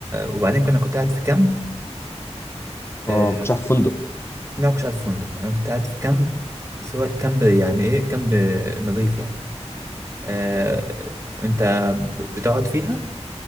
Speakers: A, on the right (about 25°); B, on the left (about 20°).
A: وبعدين كنا كنت قاعد في كامب آه،
B: أه ما كنتش عارف فندق
A: لا ما كنتش قاعد في فندق انا كنت قاعد في كامب بس هو الكامب يعني ايه كامب نظيف يعني آه انت بتقعد فيها